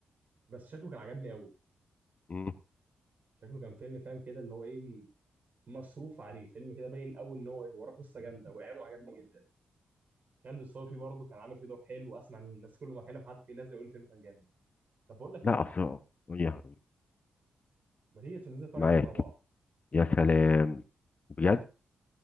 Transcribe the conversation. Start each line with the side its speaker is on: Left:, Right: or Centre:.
Right: بس شكله كان عجبني قوي
Left: مم.
Right: شكله كان فيلم فاهم كده اللي هو ايه مصروف عليه فيلم كده باين قوي ان هو وراه قصه جامده واعلانه عجبني جدا خالد الصوفي برضه كان عامل فيه دور حلو اسمع ان الناس كل ما اكلم حد فيه لازم يقول لي فيلم كان جامد طب بقول لك
Left: لا
Right: ايه
Left: اصل يا حبيبي
Right: ما تيجي ننزل نتفرج
Left: معاك
Right: على فيلم مع بعض
Left: يا سلام بجد